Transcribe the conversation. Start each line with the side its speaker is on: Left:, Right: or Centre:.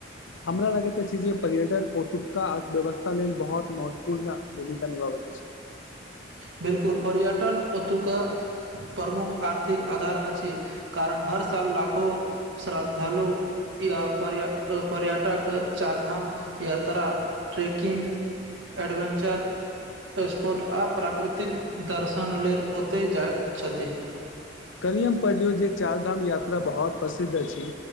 Left: हमरा लगैत अछि जे पर्यटन ओतुका अर्थव्यवस्था लेल बहोत महत्वपूर्ण भूमिका निभाबे त अछि।
Right: बिलकुल पर्यटन ओतुका प्रमुख आर्थिक अधार अछि, कारण हर साल लाखो श्रद्धालु या पर्य अ पर्यटक चार धाम यात्रा, ट्रैकिंग एडवेंचर, स्पोर्ट आ प्राकृतिक दर्शन लेल ओतय जाएत छथि।
Left: कलि हम पढ़लियौ जे चार धाम यात्रा बहोत प्रसिद्ध अछि